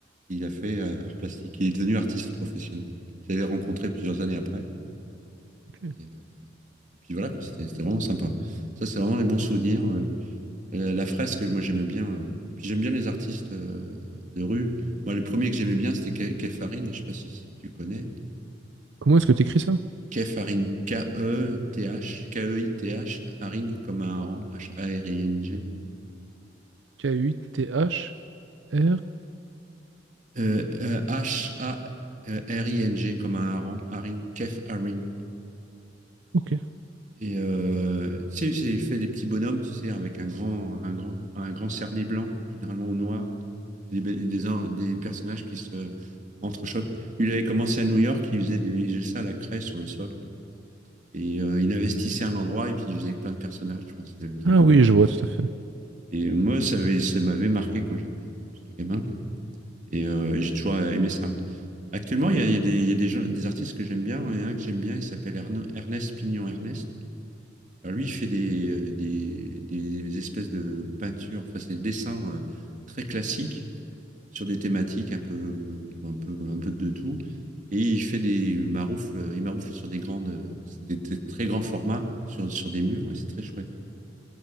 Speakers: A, on the right; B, on the right.
A: Il a fait euh, art plastique, il est devenu artiste professionnel. Je l'avais rencontré plusieurs années après,
B: Ok.
A: et, euh, et puis voilà, quoi, c'était c'était vraiment sympa. Ça, c'est vraiment les bons souvenirs. euh, Euh, la fresque, moi j'aimais bien. euh, Et puis j'aime bien les artistes euh, de rue. Moi, le premier que j'aimais bien, c'était Ke- Kefaring. Je sais pas si, si tu connais.
B: Comment est-ce que tu écris ça?
A: Kefaring, K-E-T-H, K-E-I-T-H, Haring comme un hareng, H-A-R-I-N-G.
B: K-U-T-H-R?
A: Euh, euh, H-A-R-I-N-G comme un hareng, Haring, Kef Haring.
B: Ok.
A: Et euh, tu sais, c'est- il fait des petits bonhommes, tu sais, avec un grand, un grand, un grand cerné blanc, généralement au noir. des, des, des personnages qui se entrechoquent. Lui, il avait commencé à New York, il faisait, des, il faisait ça à la craie sur le sol. Et euh, il investissait un endroit et puis il faisait plein de personnages, tu vois. C'était c'était
B: Ah
A: comme
B: oui,
A: un-
B: je vois tout à fait.
A: Et moi, ça avait- ça m'avait marqué quand j'étais j'étais gamin. Et euh, j'ai toujours aimé ça. Actuellement, il y a, il y a des, il y a des, gens, des artistes que j'aime bien. Il y en a un que j'aime bien, il s'appelle Erne- Ernest Pignon Ernest. Alors lui, il fait des, euh, des, des espèces de peintures, enfin, c'est des dessins euh, très classiques. sur des thématiques un peu, un peu, un peu de tout. Et il fait des maroufles, il maroufle sur des grandes, c'est des, t- très grands formats sur, sur des murs et c'est très chouette.